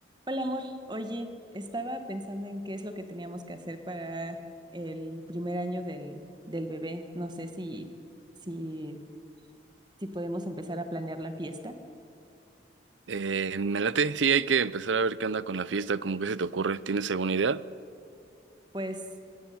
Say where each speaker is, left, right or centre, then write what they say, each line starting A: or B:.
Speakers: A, on the right; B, on the right.
A: Hola, amor. Oye, estaba pensando en qué es lo que teníamos que hacer para el primer año del, del bebé. No sé si, si, si podemos empezar a planear la fiesta.
B: Eh, me late, sí, hay que empezar a ver qué onda con la fiesta, como que se te ocurre, ¿tienes alguna idea?
A: Pues